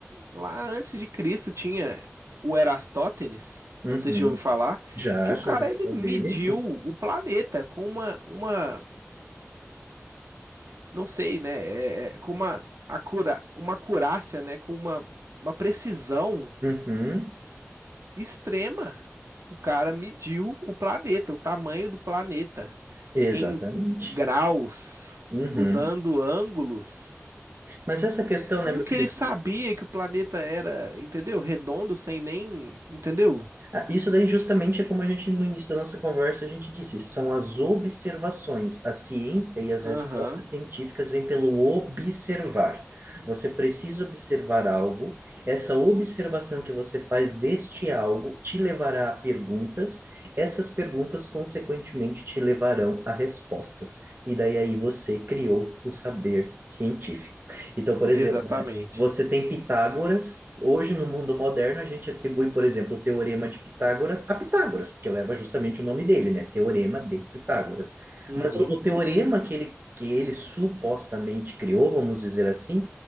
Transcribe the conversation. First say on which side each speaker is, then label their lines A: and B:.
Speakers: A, on the right; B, on the right.
A: lá antes de Cristo tinha o Erastótenes,
B: uhum.
A: não sei se já ouviu falar,
B: Já,
A: que o
B: já
A: cara
B: ouvi
A: ele
B: falar
A: mediu
B: dele.
A: o planeta com uma, uma não sei, né? É, é, com uma, acura, uma acurácia, né? Com uma, uma precisão
B: Uhum,
A: extrema. O cara mediu o planeta, o tamanho do planeta,
B: exatamente.
A: em graus,
B: Uhum.
A: usando ângulos.
B: Mas essa questão,
A: Como
B: né, meu
A: que
B: querido?
A: ele sabia que o planeta era, entendeu? Redondo, sem nem. Entendeu?
B: Ah, Isso daí justamente é como a gente no início da nossa conversa a gente disse, são as observações. A ciência e as
A: Aham,
B: respostas científicas vêm pelo observar. Você precisa observar algo, essa observação que você faz deste algo te levará a perguntas, essas perguntas consequentemente te levarão a respostas. E daí aí você criou o saber científico. Então, por exemplo,
A: exatamente.
B: você tem Pitágoras. Hoje, no mundo moderno, a gente atribui, por exemplo, o teorema de Pitágoras a Pitágoras, porque leva justamente o nome dele, né? Teorema de Pitágoras.
A: Uhum.
B: Mas o, o teorema que ele, que ele supostamente criou, vamos dizer assim,